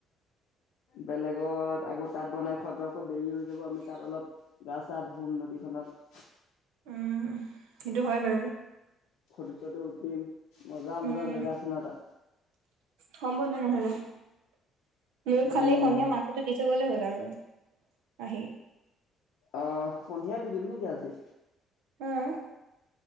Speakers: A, on the left; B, on the right.
A: বেলেগত আকৌ তাত বনাই খোৱাটো আকৌ দেৰি হৈ যাব। আমি তাত অলপ গা চা ধোম নদীখনত।
B: উম সেইটো হয় বাৰু।
A: ফটো চটো উঠিম মজা মজা
B: উম
A: জেগা আছে ন তাত?
B: হব ন হ। <unintelligible> মোক খালি
A: উম
B: সন্ধিয়া মাংসটো দি থৈ গ'লে হ'ল আৰু আহি।
A: অ' সন্ধিয়াই দি দিম নেকি আজি?
B: উম।